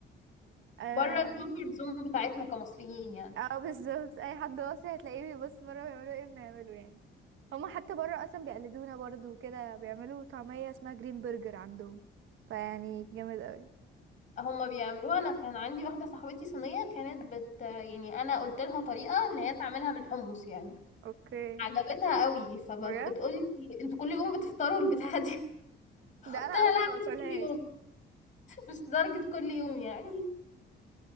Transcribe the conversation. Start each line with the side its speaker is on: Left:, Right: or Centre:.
Right: اه
Left: بره الكومفورت زون بتاعتنا كمصريين يعني
Right: اه بالظبط اي حد واصل هتلاقيه بيبص بره بيعملوا ايه بنعمله يعني هما حتى بره اصلا بيقلدونا برضو وكده بيعملوا طعمية اسمها جرين برجر عندهم فيعني جامد اوي
Left: هما بيعملوها انا كان عندي واحدة صاحبتي صينية كانت بت يعني انا قلت لها طريقة ان هي تعملها بالحمص يعني
Right: اوكي
Left: عجبتها قوي فبتقولي
Right: بجد
Left: انتوا كل يوم بتفطروا البتاعه دي <laughs>
Right: ده
Left: قلت
Right: انا
Left: لها
Right: اصلا
Left: لا
Right: ما باكلهاش
Left: مش كل يوم مش لدرجه كل يوم يعني